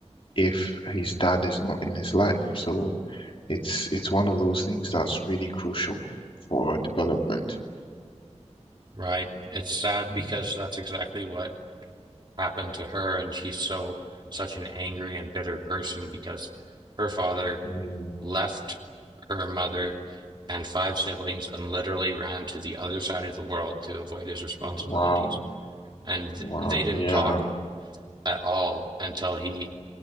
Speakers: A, on the left; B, on the right.
A: if his dad is not in his life. So it's it's one of those things that's really crucial for development.
B: right? It's sad
A: Mm,
B: because that's exactly what happened to her, and she's so such an angry and bitter person because her father
A: Yeah.
B: left her mother and five siblings and literally ran to the other side of the world to avoid his responsibilities.
A: Wow.
B: And th-
A: Wow.
B: they didn't
A: Yeah.
B: talk
A: um,
B: at all until he